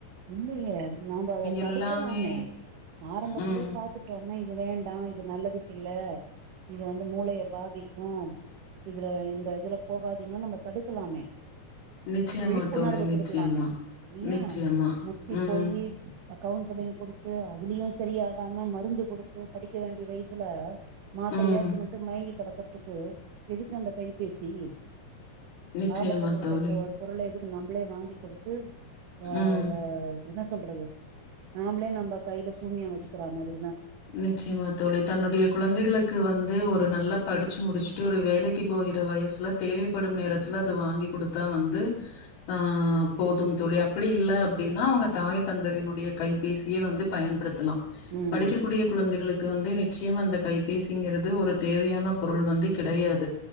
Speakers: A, on the right; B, on the left.
A: இல்லிங்க நாம்ப அத தடுக்கலாமே
B: எல்லாமே
A: ஆரம்பத்திலியே
B: ம்.
A: பாத்துட்டோன்னா இப் இது வேண்டா இது நல்லதுக்கு இல்ல இது வந்து மூளைய பாதிக்கு இதுல இந்த இதுல போகாதிங்கன் நம்ம தடுக் க்கலாமே
B: நிச்சயமா
A: விழிப்புணர்வு
B: தோழி,
A: குடுக்கலாமே
B: நிச்சயமா,
A: நீயா
B: நிச்சயமா.
A: தி
B: ம்,
A: போயி அ கவுன்சிலிங் குடுத்து அதிலியு சரியாகாம மருந்து குடுத்து படிக்க வேண்டிய வயசுல மாதிரையா
B: ம்.
A: தின்னுட்டு மயங்கி கடக்கறதுக்கு எதுக்கு அந்த கைபேசி
B: நிச்சயமா
A: ஆபத்த குடுக்கறதோ
B: தோழி.
A: ஒரு பொருள எதுக்கு நம்மளே வாங்கி குடுத்து ஆ
B: ம்.
A: வே என்னா சொல்றது நாமளே நம்ம கையில சூனியுயோ வச்சிக்கிற மாரி
B: நிச்சியமா தோழி தன்னுடைய குழந்தைகளுக்கு வந்து ஒரு ஒரு நல்லா படிச்சி முடிச்சிட்டு ஒரு வேலைக்கு போகிற வயசில தேவைப்படு நேரத்தில அது வாங்கி குடுத்தா வந்து ஆ போது தோழி அப்பிடி இல்ல அப்பிடின்னா அவுங்க தாய் தந்தையிரினுடைய கைபேசியே வந்து பயன்படுத்தலா
A: ம்
B: ட்டு கூடிய குழந்தைகளுக் க்கு வந்து நிச்சயம் அந்த கைபேசிங்கிறது ஒரு தேவையான பொருள் வந்து கிடையாது